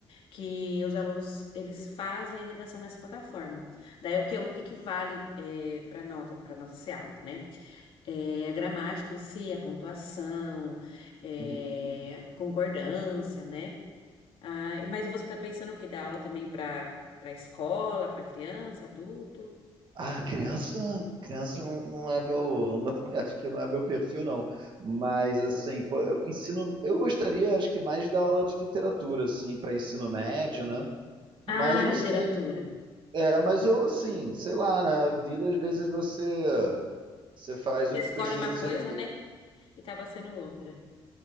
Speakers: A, on the left; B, on the right.
A: que os alunos eles fazem a redação nessa plataforma. Daí o que, o que que vale para nota, para nota ser alta, né? É, a gramática em si, a pontuação, é,
B: uhum.
A: concordância, né? Ah, e- mas você está pensando o que dá aula também para para escola, para criança, adulto?
B: Ah, criança, criança não não é meu, não- <laughs> acho que não é meu perfil, não. Mas assim, pô, eu ensino, eu gostaria, acho que mais da aula de literatura, assim, para ensino médio, né?
A: Ah,
B: Mas não
A: literatura.
B: sei. É, mas eu assim, sei lá, né? A vida às vezes você, você faz
A: Você
B: o que
A: escolhe
B: precisa
A: uma coisa,
B: ser
A: né? E acaba sendo outra.